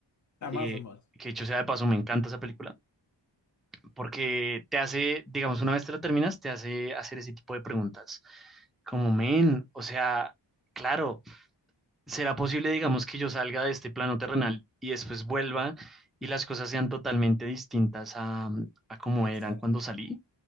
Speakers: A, on the left; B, in the centre.
A: Nada
B: Eh,
A: más o más.
B: que dicho sea de paso, me encanta esa película porque te hace, digamos, una vez te lo terminas, te hace hacer ese tipo de preguntas. Como, men, o sea, claro, ¿será posible, digamos, que yo salga de este plano terrenal y después vuelva y las cosas sean totalmente distintas a, mm, a como
A: Exacto.
B: eran cuando salí?